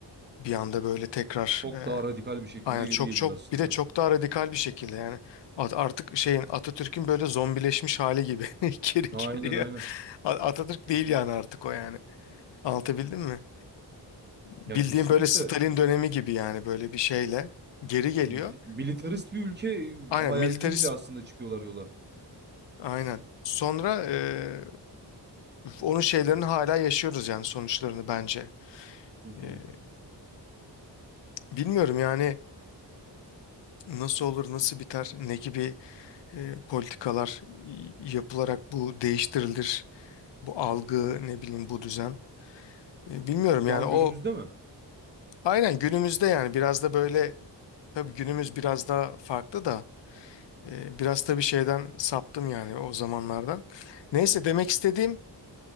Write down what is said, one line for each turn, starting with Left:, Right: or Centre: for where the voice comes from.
Left: bir anda böyle tekrar
Right: Çok
Left: e,
Right: daha radikal bir şekilde
Left: aynen
Right: geri
Left: çok
Right: geliyor
Left: çok
Right: aslında.
Left: bir de çok daha radikal bir şekilde yani At- artık şeyin Atatürk'ün böyle zombileşmiş hali gibi <laughs> geri
Right: Aynen
Left: geliyor.
Right: aynen.
Left: A- Atatürk değil yani artık o yani. Anlatabildim mi? Bildiğim
Right: Ya kesinlikle.
Left: böyle Stalin dönemi gibi yani böyle bir şeyle geri geliyor.
Right: Mil- Militarist bir ülke
Left: Aynen
Right: hayaliyle
Left: militarist
Right: aslında çıkıyorlar yola.
Left: aynen. Sonra e, Üf, Onun şeylerini hala yaşıyoruz yani sonuçlarını bence.
Right: Hı
Left: Ee,
Right: hı.
Left: bilmiyorum yani nasıl olur, nasıl biter, ne gibi e, politikalar y- yapılarak bu değiştirilir, bu algı, ne bileyim bu düzen. Ee, bilmiyorum yani
Right: Şu an
Left: o
Right: günümüzde mi?
Left: aynen günümüzde yani biraz da böyle tabii günümüz biraz daha farklı da e, biraz da bir şeyden saptım yani o zamanlardan. Neyse
Right: Hı hı.
Left: demek istediğim